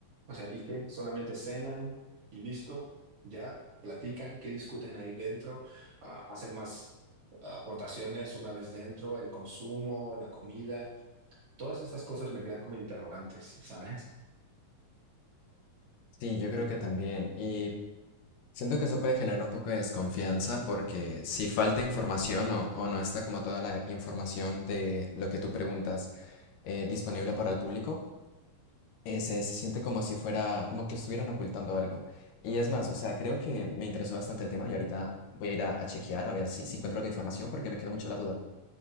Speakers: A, on the right (about 50°); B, on the left (about 75°).
A: O sea, ¿y qué? ¿Solamente cenan y listo? ¿Ya platican? ¿Qué discuten ahí dentro? Ah, ¿hacen más aportaciones una vez dentro? ¿El consumo, la comida? Todas estas cosas me quedan como interrogantes, ¿sabes?
B: Sí, yo creo que también. Y siento que eso puede generar un poco de desconfianza porque si falta información o, o no está como toda la información de lo que tú preguntas eh, disponible para el público, eh, se, se siente como si fuera, como que estuvieran ocultando algo. Y es más, o sea, creo que me interesó bastante el tema y ahorita voy a ir a, a chequear a ver si, si encuentro algo de información porque me quedó mucho la duda.